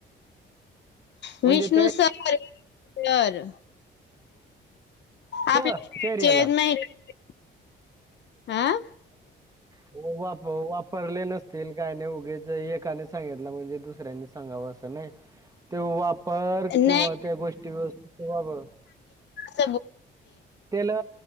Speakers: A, on the right (about 15°); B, on the left (about 60°).
A: म्हणजे
B: विष्णु
A: त्या
B: सर सर
A: तिथं
B: आपल्या
A: एरियाला
B: महिला हा
A: वापरले नसलं फेल काय नाही उगाच एकाने सांगितलं म्हणजे दुसऱ्यांनी सांगावं असं नाही ते वा फार किंवा
B: नाही
A: त्या गोष्टी व्यवस्थित राबव
B: सब
A: त्याला